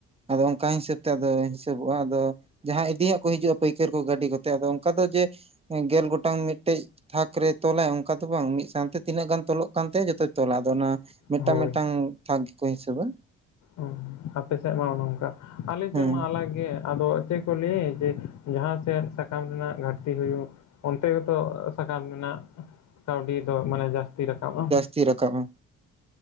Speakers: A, on the right; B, on the left.
A: ᱟᱫᱚ ᱚᱱᱠᱟ ᱦᱤᱥᱟᱹᱵ ᱛᱮ ᱟᱫᱚ ᱦᱤᱥᱟᱹᱵᱚᱜᱼᱟ ᱟᱫᱚ ᱡᱟᱦᱟᱸ ᱤᱫᱤᱟᱜ ᱠᱚ ᱦᱤᱡᱩᱜᱼᱟ ᱯᱟᱹᱭᱠᱟᱹᱨ ᱠᱚ ᱜᱟᱹᱰᱤ ᱠᱚᱛᱮ ᱟᱫᱚ ᱚᱱᱠᱟ ᱫᱚ ᱡᱮ ᱜᱮᱞ ᱜᱚᱴᱟᱝ ᱢᱤᱫᱴᱮᱡ ᱛᱷᱟᱠ ᱨᱮᱭ ᱛᱚᱞᱟᱭ ᱚᱱᱠᱟ ᱛᱚ ᱵᱟᱝ ᱢᱤᱫ ᱥᱟᱶᱛᱮ ᱛᱤᱱᱟᱹᱜ ᱜᱟᱱ ᱛᱚᱞᱚᱜ ᱠᱟᱱ ᱛᱟᱭᱟ ᱡᱚᱛᱚᱭ ᱛᱚᱞᱟ ᱟᱫᱚ ᱚᱱᱟ ᱢᱤᱫᱴᱟᱝ
B: ᱦᱳᱭ
A: ᱢᱤᱫᱴᱟᱝ ᱛᱷᱟᱠ ᱜᱮᱠᱚ ᱦᱤᱥᱟᱹᱵᱟ
B: ᱚ ᱟᱯᱮ ᱥᱮᱜ ᱢᱟ ᱚᱱᱚ ᱚᱝᱠᱟ ᱟᱞᱮ
A: ᱦᱮᱸ
B: ᱥᱮᱜ ᱢᱟ ᱟᱞᱟᱜ ᱜᱮ ᱟᱫᱚ ᱪᱮᱫ ᱠᱚ ᱞᱟᱹᱭ ᱡᱮ ᱡᱟᱦᱟᱸ ᱥᱮᱫ ᱥᱟᱠᱟᱢ ᱨᱮᱱᱟᱜ ᱜᱷᱟᱴᱛᱤ ᱦᱩᱭᱩᱜ ᱚᱱᱛᱮ ᱜᱮᱛᱚ ᱥᱟᱠᱟᱢ ᱨᱮᱱᱟᱜ ᱠᱟᱹᱣᱰᱤ ᱫᱚ ᱢᱟᱱᱮ ᱡᱟᱹᱥᱛᱤ ᱨᱟᱠᱟᱵ ᱟ
A: ᱛᱤ ᱨᱟᱠᱟᱵ ᱟ